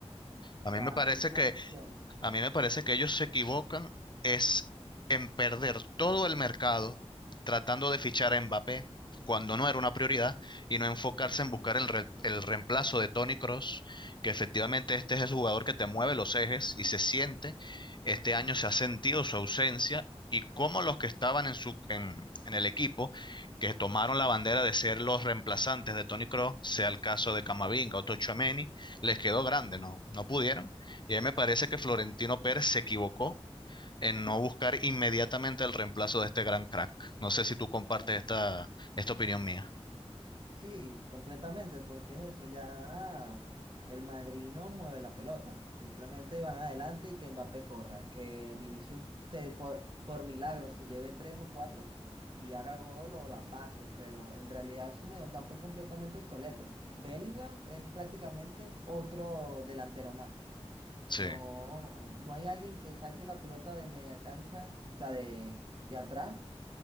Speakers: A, on the right (about 50°); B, on the left (about 45°).
A: o
B: A
A: sea,
B: mí me parece
A: esa
B: que
A: visión.
B: A mí me parece que ellos se equivocan es en perder todo el mercado tratando de fichar a Mbappé cuando no era una prioridad y no enfocarse en buscar el, re- el reemplazo de Toni Kroos, que efectivamente este es el jugador que te mueve los ejes y se siente. Este año se ha sentido su ausencia y como los que estaban en, su, en, en el equipo, que tomaron la bandera de ser los reemplazantes de Toni Kroos, sea el caso de Camavinga o Tochouameni, les quedó grande, ¿no? No pudieron y ahí me parece que Florentino Pérez se equivocó en no buscar inmediatamente el reemplazo de este gran crack. No sé si tú compartes esta, esta opinión mía.
A: Sí, completamente, porque es eso, ya el Madrid no mueve la pelota, simplemente van adelante y que Mbappé corra, que Vinicius te- por, por milagro se lleve tres o cuatro y haga gol o la pase, pero en realidad su mediocampo es completamente obsoleto. Bellingham es prácticamente otro delantero más.
B: Sí.
A: No, no hay alguien que saque la pelota de media cancha, o sea, de, de atrás